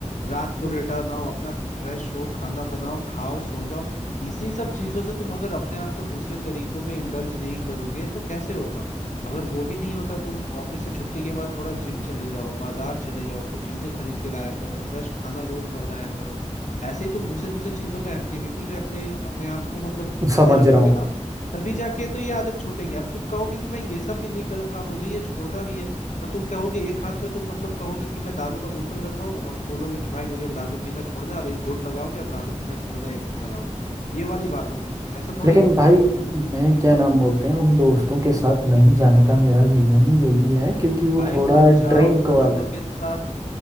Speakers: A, on the left; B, on the right.
A: रात को
B: ये
A: रिटर्न आओ अपना फ्रेश हो खाना बनाओ खाओ सो जाओ इसी सब चीजों से तुम अगर अपने आप को दूसरे तरीकों में इंडल्ज नहीं करोगे तो कैसे होगा अगर वो भी नहीं होता तुम ऑफिस से छुट्टी के बाद थोड़ा जिम चले जाओ बाजार चले जाओ कुछ चीजें खरीद के लाया करो फ्रेश खाना रोज बनाया करो ऐसे ही तुम दूसरे दूसरे चीजों में एक्टिविटी में अपने अपने आप को मतलब बिजी
B: समझ
A: रखोगे
B: रहा हूँ
A: ना तभी जाके तो ये आदत छूटेगी अब तुम कहोगे कि मैं ये सब भी नहीं करूंगा मुझे ये छोड़ना भी है तो तुम कहोगे एक हाथ में तुम मतलब कहोगे कि मैं दारू का बोतल रखा हूं और बोलोगे कि भाई मुझे दारू पीना छोड़ना है और एक घूंट लगाओगे और दारू पीना छोड़ना है एक घूंट लगाओगे ये वाली बात हो गई ऐसा थोड़ी
B: लेकिन
A: ना होता
B: भाई
A: है यार
B: मैं क्या नाम बोलते हैं उन दोस्तों के साथ नहीं जाने का मेरा रीज़न ही यही है क्योंकि वो
A: भाई
B: थोड़ा
A: मत
B: ड्रिंक
A: जाओ दोस्तों
B: वाले
A: के साथ